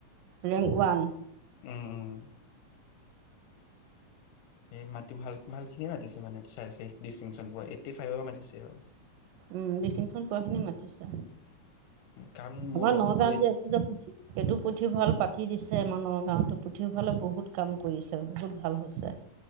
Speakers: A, on the right (about 85°); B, on the left (about 80°).
A: ৰেংক ওৱান
B: উম উম এই মাটি ভাল ভালখিনিয়ে মাতিছে মানে চাইজ চাইজ ডিষ্টিংচন পোৱা এইটি ফাইভৰ পৰা মাতিছে আৰু
A: উম বেছিনখন পোৱা খিনি মাতিছে
B: কাৰণ মোৰ
A: আমাৰ
B: লগতো
A: নগাঁও যে দে পুঠি এইটো পুথিভঁৰাল পাতি দিছে মান গাঁৱতো পুথিভঁৰালৰ বহুত কাম কৰিছে বহুত ভাল হৈছে